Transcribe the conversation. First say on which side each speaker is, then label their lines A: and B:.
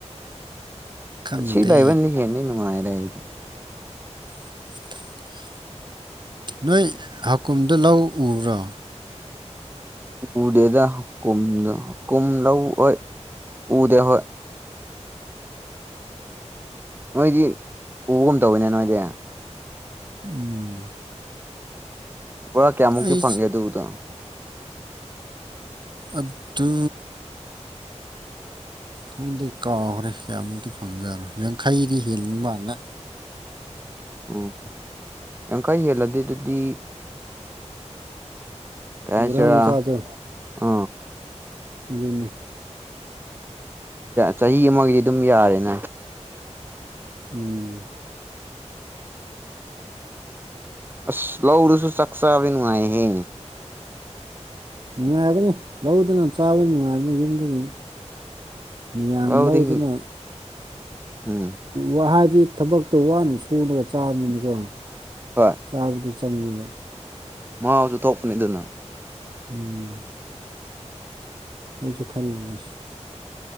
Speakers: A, on the right; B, on the right.
A: ꯈꯪꯗꯦ
B: ꯁꯤ ꯂꯥꯏꯕꯅꯤ ꯍꯦꯟꯅꯅꯤ ꯅꯨꯡꯉꯥꯏꯔꯦ ꯑꯩꯗꯤ
A: <unintelligible> ꯅꯣꯏ ꯍꯀꯨꯝꯗ ꯂꯧ ꯎꯕ꯭ꯔꯣ
B: ꯎꯗꯦꯗ ꯍꯀꯨꯝꯗ ꯍꯀꯨꯝ ꯂꯧ ꯍꯣꯏ ꯎꯔꯦ ꯍꯣꯏ ꯅꯣꯏꯗꯤ ꯎꯕꯒꯨꯝ ꯇꯧꯕꯅꯦ ꯅꯣꯏꯗꯤ
A: ꯎꯝ
B: ꯕꯣꯔꯥ ꯀꯌꯥꯃꯨꯛꯇꯤ
A: ꯑꯩ
B: ꯐꯪꯒꯦ ꯑꯗꯨꯗꯣ
A: ꯑꯗꯨ ꯈꯪꯗꯦ ꯀꯥꯎꯈ꯭ꯔꯦ ꯀꯌꯥꯃꯨꯛꯇꯤ ꯐꯪꯖꯔꯣꯏ ꯌꯥꯡꯈꯩꯗꯤ ꯍꯦꯟꯕ ꯃꯥꯡꯅ
B: ꯎꯝ ꯌꯥꯡꯈꯩ ꯍꯦꯜꯂꯗꯤ ꯑꯗꯨꯗꯤ ꯇꯁꯤꯔ
A: ꯕꯣꯔꯥ ꯃꯆꯥꯗꯣ
B: ꯑ
A: ꯑꯗꯨꯅꯤ
B: ꯆꯍꯤ ꯑꯃꯒꯤꯗꯤ ꯑꯗꯨꯝ ꯌꯥꯔꯦꯅꯦ
A: ꯎꯝ
B: ꯑꯁ ꯂꯧꯗꯁꯨ ꯆꯥꯛ ꯆꯥꯕ ꯅꯨꯡꯉꯥꯏꯍꯦ
A: ꯅꯨꯡꯉꯥꯏꯕꯅꯤ ꯂꯧꯗꯅ ꯆꯥꯕ ꯅꯨꯡꯉꯥꯏꯕꯅꯤ ꯌꯨꯝꯗꯨꯒꯤ ꯃꯌꯥꯝ
B: ꯂꯧꯗꯤ
A: ꯂꯧꯗꯨꯅ
B: ꯎꯝ
A: ꯋꯥ ꯍꯥꯏꯗꯤ ꯊꯕꯛꯇ ꯋꯥꯅ ꯁꯨꯅꯒ ꯆꯥꯕꯃꯤꯅꯤꯅꯀꯣ
B: ꯍꯣꯏ
A: ꯆꯥꯕꯗꯨ ꯆꯪꯕ
B: ꯃꯥꯁꯨ ꯊꯣꯛꯄꯅꯤ ꯑꯗꯨꯅ
A: ꯎꯝ ꯑꯩꯁꯨ ꯈꯜꯂꯤꯕꯅꯤ ꯃꯁꯤꯁꯤ